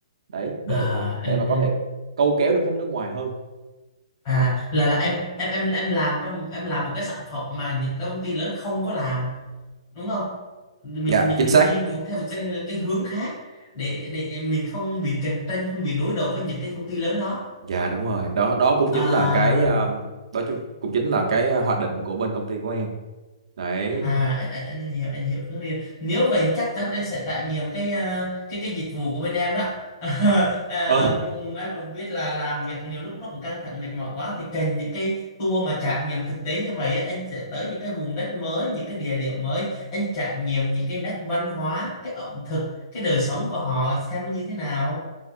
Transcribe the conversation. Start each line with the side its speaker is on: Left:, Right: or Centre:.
Right: đấy để
Left: à
Right: mà để
Left: anh
Right: mà có
Left: anh
Right: thể câu kéo được khách nước ngoài hơn
Left: à
Right: đó
Left: là là em em em em làm trong em làm một cái sản phẩm mà những cái công ty lớn không có làm đúng không mình
Right: Dạ,
Left: mình
Right: chính
Left: mình
Right: xác.
Left: đi một theo một cái cái hướng khác để để mình không bị cạnh tranh không bị đối đầu với những cái công ty lớn đó
Right: Dạ đúng rồi. Đó đó cũng
Left: à
Right: chính là cái um, đó chứ- cũng chính là cái uh, hoạch định của bên công ty của em. Đấy.
Left: À anh, anh, anh hiểu anh hiểu hướng đi nếu vậy chắc chắn anh sẽ trải nghiệm cái ờ, cái cái dịch vụ của bên em đó <laughs>
Right: Ừ.
Left: à,
Right: Ờ
Left: cũng em cũng biết là làm việc nhiều lúc nó cũng căng thẳng mệt mỏi quá thì cần những cái tour mà trải nghiệm thực tế như vậy á, anh sẽ tới những cái vùng đất mới những cái địa điểm mới anh trải nghiệm những cái nét văn hóa cái ẩm thực cái đời sống của họ xem nó như thế nào